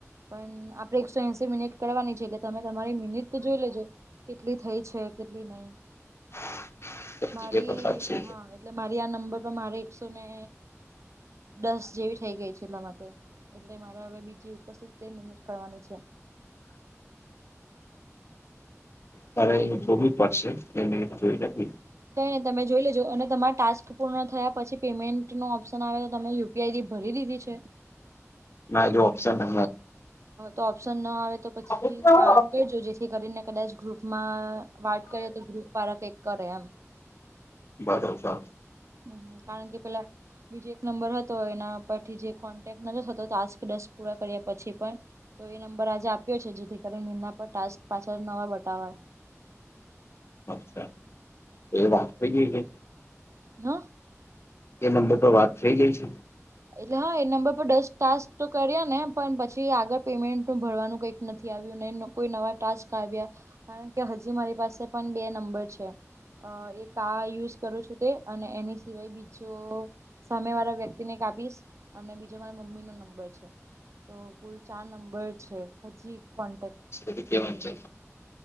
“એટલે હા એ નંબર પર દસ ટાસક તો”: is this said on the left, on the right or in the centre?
Right